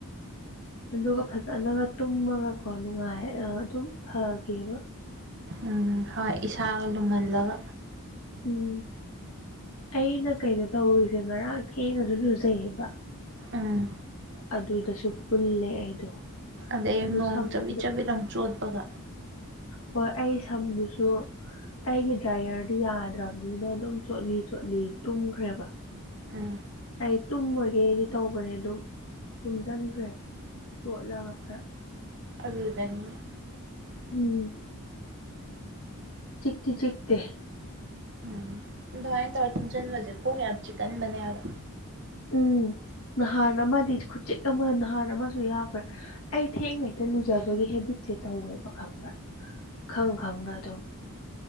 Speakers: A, on the left; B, on the right.
A: ꯑꯗꯨꯒ ꯐꯖꯅꯒ ꯇꯨꯝꯃꯒꯀꯣ ꯅꯨꯡꯉꯥꯏ ꯑꯗꯨꯝ ꯐꯒꯤꯕ
B: ꯎꯝ ꯍꯣꯏ ꯏꯁꯥꯒ ꯂꯨꯝꯍꯜꯂꯒ
A: ꯎꯝ ꯑꯩꯅ ꯀꯩꯩꯅꯣ ꯇꯧꯔꯤꯁꯦ ꯉꯔꯥꯡ ꯊꯦꯡꯅꯁꯨ ꯂꯨꯖꯩꯌꯦꯕ
B: ꯎꯝ
A: ꯑꯗꯨꯗꯁꯨ ꯄꯨꯜꯂꯦ ꯑꯩꯗꯣ
B: ꯑꯗꯩ
A: ꯑꯗꯨ
B: ꯅꯣꯡ
A: ꯁꯝꯗꯣ
B: ꯆꯕꯤꯠ ꯆꯕꯤꯠꯗ ꯑꯃꯨꯛ ꯆꯣꯠꯄꯒ
A: ꯍꯣꯏ ꯑꯩ ꯁꯝꯗꯨꯁꯨ ꯑꯩꯒꯤ ꯗ꯭ꯔꯥꯏꯌꯔꯗꯤ ꯌꯥꯗ꯭ꯔꯕꯅꯤꯅ ꯑꯗꯨꯝ ꯆꯣꯠꯂꯤ ꯆꯣꯠꯂꯤ ꯇꯨꯝꯈ꯭ꯔꯦꯕ
B: ꯎꯝ
A: ꯂ ꯇꯨꯝꯃꯣꯏꯒꯦꯗꯤ ꯇꯧꯕꯅꯦ ꯑꯗꯨꯝ ꯇꯨꯝꯁꯤꯟꯈ꯭ꯔꯦ ꯆꯣꯠꯂꯒ ꯈꯔ
B: ꯑꯗꯨꯗꯅꯤꯅꯦ
A: ꯎꯝ ꯆꯤꯇꯤ ꯆꯤꯠꯇꯦ
B: ꯎꯝ ꯑꯗꯨꯃꯥꯏꯅ ꯇꯧꯔ ꯇꯨꯝꯁꯤꯟꯕꯁꯦ ꯀꯣꯛ ꯌꯥꯝ ꯆꯤꯛꯀꯟꯕꯅꯦꯕ
A: ꯎꯝ ꯅꯍꯥꯟ ꯑꯃꯗꯤ ꯈꯨ ꯎꯆꯦꯛ ꯑꯃ ꯅꯍꯥꯟ ꯑꯃꯁꯨ ꯌꯥꯎꯈ꯭ꯔꯦ ꯑꯩ ꯊꯦꯡꯅ ꯍꯦꯛꯇ ꯂꯨꯖꯕꯒꯤ ꯍꯦꯕꯤꯠꯁꯦ ꯇꯧꯋꯦꯕ ꯈꯪꯕ꯭ꯔꯥ ꯈꯪ ꯈꯪꯅ ꯑꯗꯨꯝ